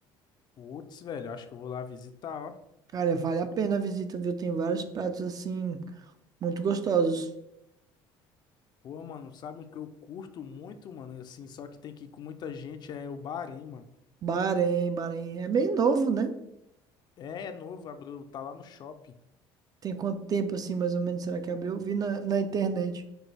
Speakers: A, on the left (about 45°); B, on the right (about 40°).
A: Putz, velho, acho que eu vou lá visitar, ó.
B: Cara, vale a pena a visita, viu? Tem vários pratos assim muito gostosos.
A: Pô, mano, sabe o que eu curto muito, mano? E assim, só que tem que ir com muita gente, é o Bahrein, mano.
B: Bahrein, Bahrein é meio novo, né?
A: É, é novo, abriu, tá lá no shopping.
B: Tem quanto tempo assim, mais ou menos, será que abriu? Eu Vi na, na internet.